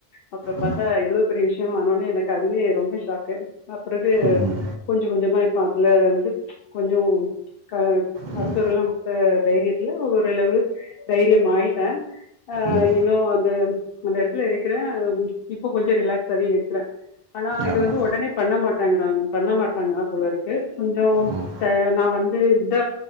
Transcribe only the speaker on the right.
ம்
ம்,
ம்,
ம்.
ஆமா.
ம்,